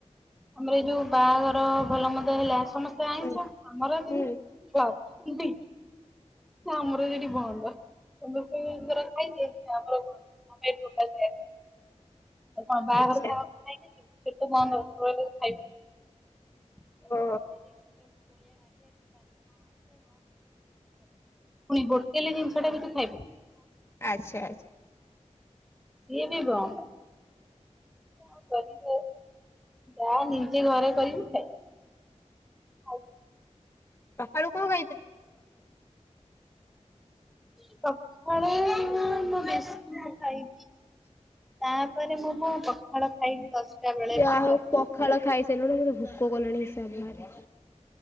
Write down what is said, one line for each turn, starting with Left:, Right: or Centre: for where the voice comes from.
Centre: ଆମର ଏ ଯୋଉ ବାହାଘର ଭଲ ମନ୍ଦ ହେଲା ସମସ୍ତେ ଆଇଁଷ
Left: ହୁଁ
Centre: ଆମର କିନ୍ତୁ
Left: ହୁଁ
Centre: ଚପ୍ ବି ନା ଆମର ସେଠି ବନ୍ଦ ସମସ୍ତଙ୍କର ଖାଇଦେ <unintelligible> <unintelligible> ଆ କଣ ବାହାଘର
Left: ଆଚ୍ଛା
Centre: ସାହାଘର ଖାଇକି ସେ ବନ୍ଦ ହବ ଖାଇବ। <unintelligible>
Left: ଓ
Centre: ପୁଣି ହୋଟେଲ ଜିନିଟା ବି ତୁ ଖାଇବୁ
Left: ଆଚ୍ଛା ଆଚ୍ଛା।
Centre: ସିଏ ବି ବନ୍ଦ <unintelligible> କରିିବେ। ଯା ନିଜେ ଘରେ କରିବି ଖାଇ ଆଉ
Left: ସକାଳୁ କଣ ଖାଇଥିଲ
Centre: ସଖାଳେ ମୁଁ ମୁଁ ବିସ୍କୁଟ ଖାଇ ତାପରେ ମୁଁ ମୁ ପଖାଳ ଖାଇି ଦଶଟା ବେଳେ।
Left: ଯାହା
Centre: ପଖାଳ
Left: ହଉ
Centre: ଖାଇଲି
Left: ପଖାଳ ଖାଇସାରିଲୁନୁ ମୋତେ ଭୋକ କଲାଣି ହିସାବନାଁରେ।